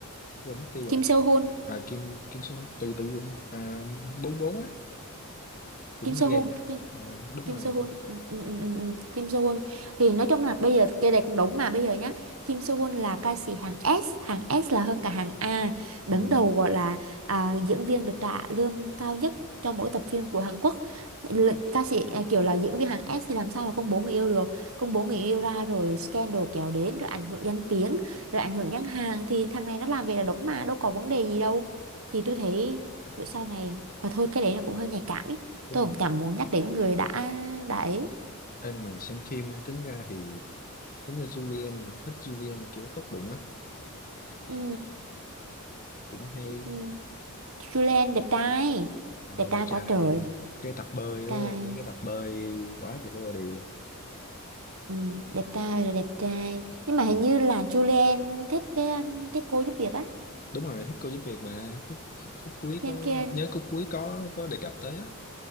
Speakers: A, on the left; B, on the right.
A: quên mất tiêu rồi
B: Kim Seo Hoon
A: à Kim Kim Su từ từ à, bốn bốn á cũng
B: Kim
A: như
B: Seo
A: gan
B: Hoon
A: vậy à, đúng
B: Kim
A: rồi
B: Soo Hyun ừ, ừ, ừ, ừ, ừ. Kim Soo Hyun thì nói chung là bây giờ cái này cũng đúng mà bây giờ nhá Kim Soo Hyun là ca sĩ hàng S hàng S là hơn cả hàng A đứng
A: ừ,
B: đầu gọi là à, diễn viên được trả lương cao nhất trong mỗi tập phim của Hàn Quốc L- ca sĩ à, kiểu là diễn viên hàng S thì làm sao mà công bố người yêu được công bố người yêu ra rồi scandal kéo đến rồi ảnh hưởng danh tiếng rồi ảnh hưởng nhãn hàng thì thằng này nó làm về là đúng mà đâu có vấn đề gì đâu thì tôi thấy rồi sau này mà thôi cái đấy là cũng hơi nhạy cảm ý
A: đúng
B: tôi
A: rồi
B: cũng chẳng muốn nhắc đến người đã đã ấy
A: em mà xem phim nha, tính ra thì tính ra Julian là- thích Julian là kiểu tốt bụng á
B: ừ.
A: cũng hay
B: ừ. Julian đẹp trai
A: Ờ,
B: đẹp
A: đẹp
B: trai
A: trai
B: quá trời
A: cái tập bơi
B: đẹp trai
A: đúng không mấy cái tập bơi quá trời cái body luôn
B: ừ. đẹp trai là đẹp trai nhưng mà hình
A: Ừ.
B: như là Julian thích cái um, cái cô giúp việc á
A: đúng rồi thích cô giúp việc mà khúc khúc cuối
B: Yang
A: có
B: Kian
A: nhớ khúc cuối có có đề cập tới á